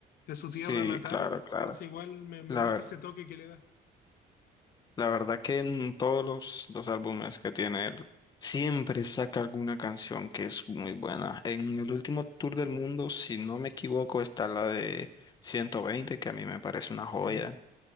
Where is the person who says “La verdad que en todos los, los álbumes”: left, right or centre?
Left